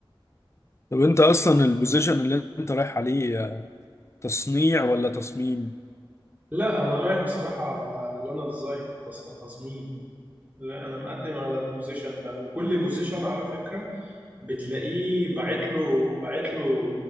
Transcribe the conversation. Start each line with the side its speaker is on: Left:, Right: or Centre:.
Left: طب انت اصلا البوزيشن اللي انت رايح عليه تصنيع ولا تصميم
Right: لا أنا رايح بصراحة على اللي أنا ديزاين تص- تصميم لا أنا مقدم على البوزيشن ده وكل بوزيشن على فكرة بتلاقيه باعت له باعت له